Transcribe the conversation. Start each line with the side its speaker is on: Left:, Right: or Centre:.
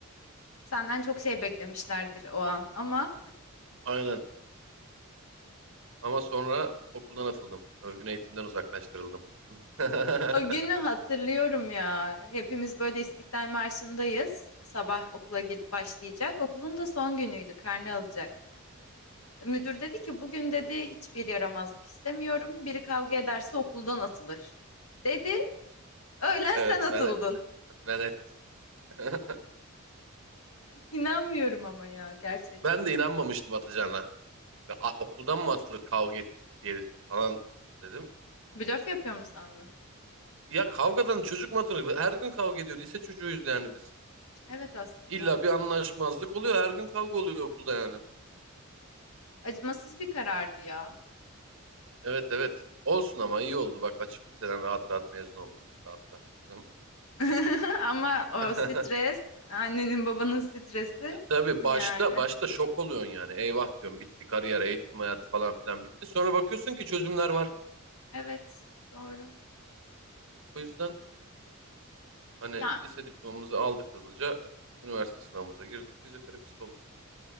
Left: Senden çok şey beklemişlerdir o an ama
Right: Aynen ama sonra okuldan atıldım. Örgün eğitimden uzaklaştırıldım. <laughs>
Left: o günü hatırlıyorum ya. Hepimiz böyle İstiklal Marşı'ndayız. Sabah okula gir- başlayacak. Okulun da son günüydü. Karne alacaktık. Müdür dedi ki bugün dedi hiçbir yaramazlık istemiyorum. Biri kavga ederse okuldan atılır. Dedi. Öğlen
Right: Evet
Left: sen atıldın.
Right: ben ben et. <laughs>
Left: İnanmıyorum ama ya gerçekten.
Right: Ben de inanmamıştım atacağına. Ve, "A, okuldan mı atılır kavga ettik diye falan dedim.
Left: Blöf yapıyor mu sandın?
Right: Ya kavgadan çocuk mu Her gün kavga ediyor. Lise çocuğuyuz yani biz.
Left: Evet aslında.
Right: İlla bir anlaşmazlık oluyor. Her gün kavga oluyor okulda yani.
Left: Acımasız bir karardı ya.
Right: Evet evet. Olsun ama iyi oldu. Bak açık liseden rahat rahat mezun oldum. Rahat rahat okudum.
Left: <laughs> Ama o
Right: <laughs>
Left: stres, annenin babanın stresi
Right: Tabii
Left: yani.
Right: başta başta şok oluyorsun yani. Eyvah diyorum bitti kariyer, eğitim hayatı falan filan bitti. Sonra bakıyorsun ki çözümler var.
Left: Evet, doğru.
Right: Bu yüzden hani
Left: Ya
Right: lise diplomamızı aldık hızlıca. Üniversite sınavımıza girdik. Fizyoterapist olduk.